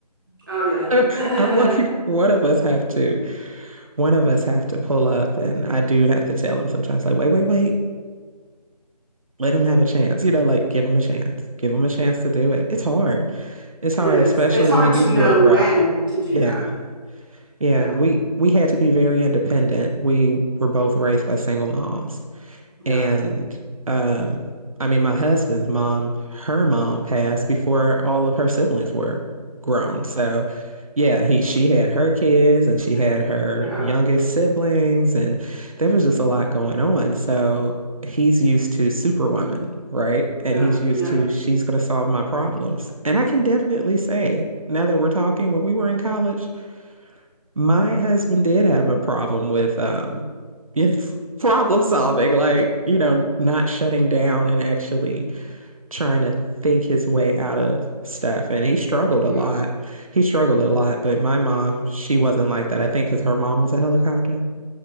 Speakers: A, on the right (about 30°); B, on the right (about 55°).
A: oh
B: <laughs>
A: yeah
B: I'm
A: <laughs> yeah
B: like, one of us have to, one of us have to pull up. And I do have to tell him sometimes, like, wait, wait, wait, let him have a chance. You know, like give him a chance, give him a chance to do it. It's hard. It's hard,
A: it is
B: especially
A: it's hard
B: when
A: to
B: you grew
A: know
B: up
A: when
B: rough.
A: to do
B: Yeah.
A: that
B: Yeah.
A: you know
B: And we, we had to be very independent. We were both raised by single moms.
A: yeah
B: And um, I mean, my husband's mom, her mom passed before all of her siblings were grown. So, yeah, he she had her kids and she
A: yeah
B: had her
A: yeah
B: youngest siblings, and there was just a lot going on. So he's used to Superwoman, right? And
A: yeah
B: he's used to she's going to solve my problems. And I can definitely say, now that we're talking, when we were in college, my husband did have a problem with um you know, <laughs> problem solving, like, you know, not shutting down and actually trying to think his way out of stuff. And he struggled
A: yeah
B: a lot. He struggled a lot, but my mom, she wasn't like that. I think because her mom was a helicopter.